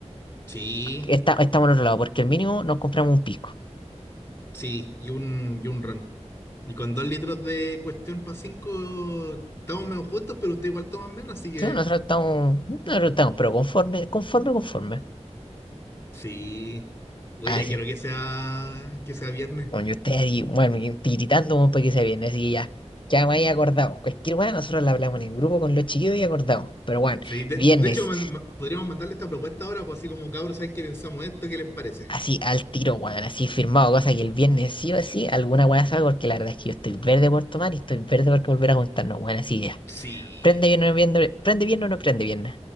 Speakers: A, on the left; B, on the left.
A: Sí,
B: que está, estamos al otro lado, porque el mínimo nos compramos un pisco.
A: sí, y un, y un ron. Y con dos litros de cuestión para cinco, estamos menos justos, pero usted igual toma menos, así que
B: Sí, bueno, Nosotros estamos, nosotros estamos, pero conforme, conforme, conforme.
A: sí. Oye,
B: Ah,
A: ya
B: sí.
A: quiero que sea, que sea viernes.
B: Bueno, y ustedes ahí, bueno, y tiritando como para que se viene, así que ya. Ya me había acordado. Cualquier weá, nosotros la hablamos en el grupo con los chiquillos y acordamos. Pero bueno,
A: Sí, de,
B: viernes.
A: de- de hecho, man- ma- podríamos mandarle esta propuesta ahora, pues así como cabros, ¿saben qué pensamos esto? ¿Qué les parece?
B: Así al tiro, weón, así firmado, cosa que el viernes sí o sí alguna weá salga, porque la verdad es que yo estoy verde por tomar y estoy verde por volver a juntarnos, weón, así ya.
A: Sí.
B: Prende bien o no prende, prende bien o no prende bien.